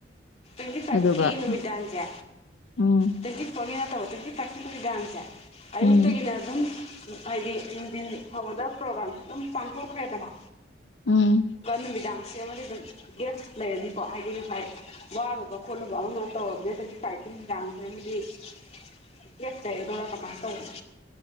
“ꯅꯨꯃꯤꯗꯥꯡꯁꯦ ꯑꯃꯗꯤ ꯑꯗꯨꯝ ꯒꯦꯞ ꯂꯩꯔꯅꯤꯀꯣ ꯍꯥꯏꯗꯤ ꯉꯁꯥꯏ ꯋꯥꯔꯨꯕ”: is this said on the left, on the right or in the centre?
Left